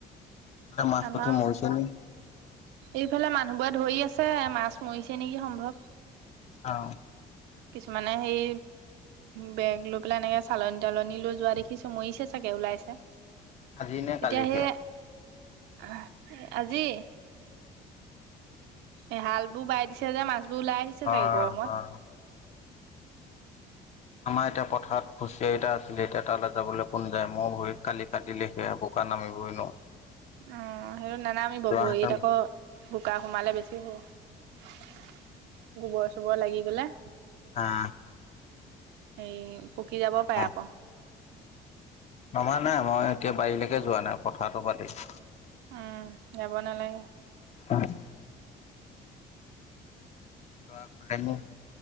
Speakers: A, on the left (about 40°); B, on the right (about 85°).
A: মাছ
B: আমাৰ
A: পুঠি মৰিছে নি?
B: এইফালে মানুহবোৰে ধৰি আছে আছে মাছ মৰিছে নেকি সম্ভৱ।
A: অ
B: কিছুমানে সেই বেগ লৈ পেলাই এনেকে চালনী তালন লৈ যোৱা দেখিছো মৰিছে চাগে। উলাইছে,
A: আজি নে
B: এতিয়া
A: কালি
B: সেই
A: সেয়া
B: আহ আজি এ হাল বোৰ বাই দিছে যে মাছবোৰ ওলাই আহিছে
A: অ
B: চাগে গৰমত।
A: অ আমাৰ এতিয়া পথাৰত খুচিয়াই এটা আছিলে এতিয়া তালে যাবলে কোন যায় মও ভৰিত কালি কাটিলে সেয়া বোকা নামিবই নোৱাৰো
B: অ সেইটো নানাবিব
A: যোৱাহেঁতেন
B: ভৰিত আক বোকা সোমালে বেছি হ'ব গোবৰ চোবৰ লাগি গ'লে।
A: হা
B: হেই পকি যাব পাৰে
A: মই
B: আক।
A: নমা নাই মই এতিয়া বাৰীলৈকে যোৱা নাই পথাৰটো বাদেই।
B: উম যাব নালাগে।
A: আজ ল'ৰা শুলে নো